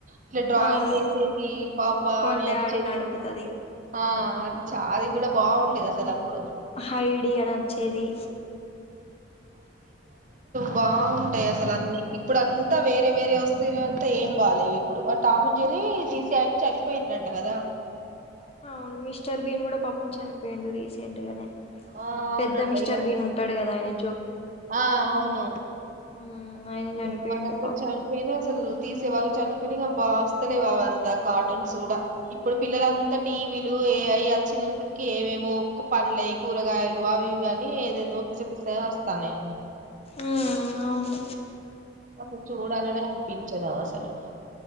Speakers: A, on the right; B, on the left.
A: ఇట్లా డ్రాయింగ్
B: అవును
A: ఏసేది పాప్పా
B: వాళ్ళ
A: అనీ
B: డాడీని
A: అచ్చేది
B: అడుగుతది
A: ఆ చ్చా అది గుడా బావుండేది అసలప్పుడు
B: హైడి అని వచ్చేది
A: బావుంటయ్ అసలన్నీ ఇప్పుడంతా వేరే వేరే ఒస్తేనే అంతా ఏం బాలేేవిప్పుడు ఆ టామెన్జేరీ ర్రీ తీసేయనా చనిపోయిండంట గదా
B: ఔన్ మిస్టర్ బీన్ గూడ పాపం చనిపోయిండూ రీసెంట్ గనే
A: ఆ అవునంట
B: పెద్ద మిస్టర్
A: ఇగ
B: బీన్ ఉంటాడ్ గదా ఐనే
A: ఆ ఔను
B: మ్మ్ ఆయన చనిపోయిండు
A: ఇగ వాళ్ళందర్
B: పాపం
A: చనిపోయిండ్రు అసల్ తీసేవల్ చని పెని బాస్తలే అవంతా కార్టూన్స్ గూడ ఇప్పుడ్ పిల్లలంతా టీవీలు ఏఐ అచ్చి తిన సరికీ ఏవేవో ఒక్క పండ్లై కూరగాయలు అవీ వనీ ఏదేదో పిసపిసగా ఒస్త్ స్తనయండి
B: ఉమ్ ఔను
A: అసల్ చూడాలనే అన్పించదావఅసలు